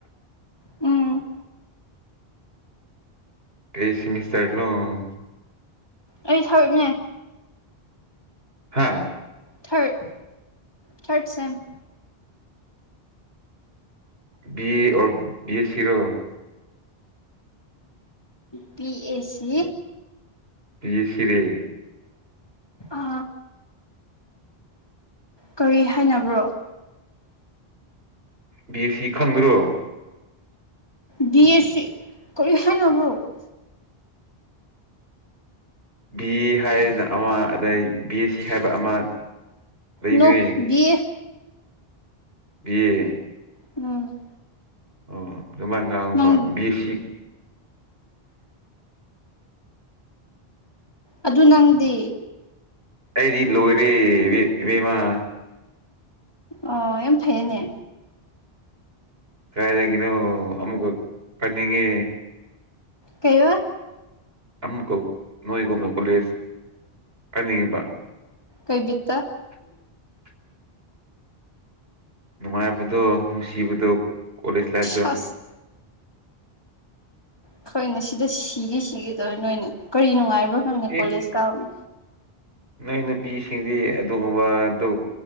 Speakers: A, on the left; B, on the right.
A: ꯎꯝ
B: ꯀꯦꯁꯤꯃꯤꯁꯔꯅꯣ
A: ꯑꯩ ꯁꯔꯅꯦ
B: ꯍꯥꯥ
A: ꯊꯔ ꯊꯔꯠ ꯁꯦꯝ
B: ꯕꯤꯑ ꯑꯣ ꯕꯤ ꯑꯦꯁ ꯁꯤꯔꯣ
A: ꯕꯤ ꯑꯦꯁ ꯁꯤ
B: ꯃꯤꯤꯁꯔꯤ
A: ꯑ ꯀꯔꯤ ꯍꯥꯏꯅꯕ꯭ꯔꯣ
B: ꯕꯤ ꯁꯤ ꯈꯪꯗ꯭ꯔꯣ
A: ꯕꯤ ꯑꯦꯁ ꯁꯤ ꯀꯔꯤ ꯍꯥꯏꯅꯅꯕ꯭ꯔꯣ
B: ꯕꯤ ꯑꯦ ꯍꯥꯏꯅ ꯑꯃ ꯑꯗꯩ ꯕꯤ ꯑꯦꯁ ꯁꯤ ꯍꯥꯏꯕ ꯑꯃ ꯂꯩꯕꯅꯦ
A: ꯅꯑꯣ ꯕꯤ ꯑꯥ
B: ꯌꯦ
A: ꯎꯝ
B: ꯑꯣ ꯑꯗꯨꯃꯥꯏ ꯉꯥꯡꯕ
A: ꯅꯪ
B: ꯕꯤꯁꯤꯛ
A: ꯑꯗꯨ ꯅꯪꯗꯤ
B: ꯑꯩꯗꯤ ꯂꯣꯏꯔꯦ ꯏꯕꯦꯝꯃꯥ
A: ꯑꯣ ꯑꯦꯝ ꯐꯩꯅꯦ
B: ꯀꯥꯏꯔꯒꯩꯅꯣ ꯑꯃꯃꯛ ꯀꯟꯅꯉ
A: ꯀꯩꯕꯥ
B: ꯑꯃꯨꯛꯀꯥꯅꯣꯏꯒꯣ ꯀꯣꯂꯦꯁ ꯑꯅꯤꯕ
A: ꯀꯩꯕꯤꯠꯇ
B: ꯎꯝ ꯅꯨꯡꯉꯥꯏꯕꯗꯣ ꯅꯨꯡꯁꯤꯕꯗꯣ ꯀꯣꯂꯦꯖ ꯂꯥꯏꯐꯇ
A: ꯑꯁ ꯍꯈꯣꯏꯅꯦ ꯁꯤꯗ ꯁꯤꯒꯤ ꯁꯤꯒꯗꯧꯔꯦ ꯅꯣꯏꯅ ꯀꯔꯤ ꯅꯨꯡꯉꯥꯏꯕ꯭ꯔꯣ ꯈꯪꯉ
B: ꯑꯦ
A: ꯀꯣꯂꯦꯖ ꯀꯥꯎꯅꯤ
B: ꯅꯣꯏ ꯅꯨꯄꯤꯁꯤꯡꯗꯤ ꯑꯗꯨꯒꯨꯝꯕꯗꯨ